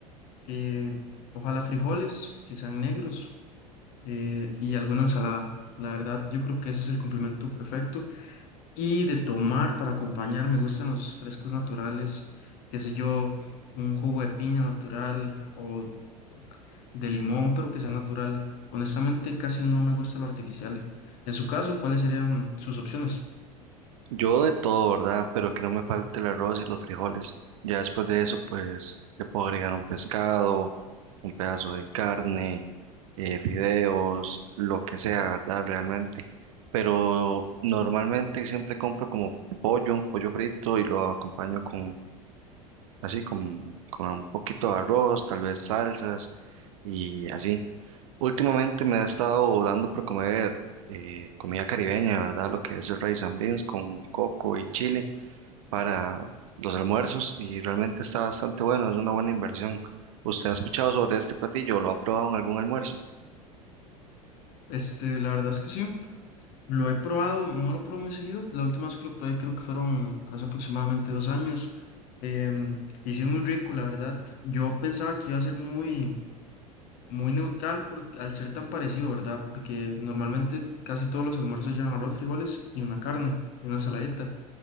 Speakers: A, on the left; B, on the right.
A: eh, ojalá frijoles que sean negros eh, y alguna ensalada. La verdad, yo creo que ese es el complemento perfecto. Y de tomar para acompañar, me gustan los frescos naturales, qué sé yo, un jugo de piña natural o de limón, pero que sea natural. Honestamente, casi no me gusta lo artificial. En su caso, ¿cuáles serían sus opciones?
B: Yo de todo, ¿verdad? Pero que no me falte el arroz y los frijoles. Ya después de eso, pues le puedo agregar un pescado, un pedazo de carne eh, fideos, lo que sea, ¿verdad? Realmente. Pero normalmente siempre compro como pollo, pollo frito y lo acompaño con, así, con, con un poquito de arroz, tal vez salsas y así. Últimamente me ha estado dando por comer eh, comida caribeña, ¿verdad? Lo que es el rice and beans con coco y chile para los almuerzos y realmente está bastante bueno, es una buena inversión. ¿Usted ha escuchado sobre este platillo? ¿Lo ha probado en algún almuerzo?
A: Este, la verdad es que sí. Lo he probado, no lo pruebo muy seguido. La última vez que lo probé creo que fueron hace aproximadamente dos años. em, y sí es muy rico, la verdad. Yo pensaba que iba a ser muy, muy neutral por, al ser tan parecido, ¿verdad? Porque normalmente casi todos los almuerzos llevan arroz, frijoles y una carne, y una ensaladita,